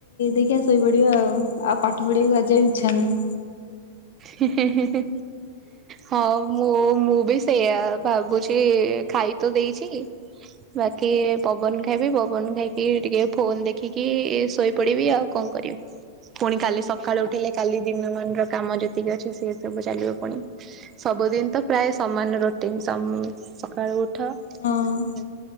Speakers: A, on the left; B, on the right.
A: ଦେଖିଆ ଶୋଇପଡିବା ଆଉ। ଆଉ ପାଠ ପଢିବାକୁ ଆଜି ଆଉ ଇଚ୍ଛା ନାହିଁ।
B: ହି ହି ହି ହି ହଁ ମୁଁ ମୁଁ ବି ସେୟା ଭାବୁଚି ଖାଇ ତ ଦେଇଛି ବାକି ପବନ ଖାଇବି ପବନ ଖାଇକି ଟିକେ ଫୋନ ଦେଖିକି ଇଏ ଶୋଇପଡିବି ଆଉ। କଣ କରିବି ପୁଣି କାଲି ସକାଳୁ ଉଠିଲେ କାଲି ଦିନ ମାନର କାମ ଯେତିକି ଅଛି ସିଏ ସବୁ ଚାଲିବ ପୁଣି। ସବୁଦିନ ତ ପ୍ରାୟେ ସମାନ ରୋଟିନ୍ ସମ୍ ସକାଳୁ ଉ ଉଠ
A: ହଁ
B: ଉଁ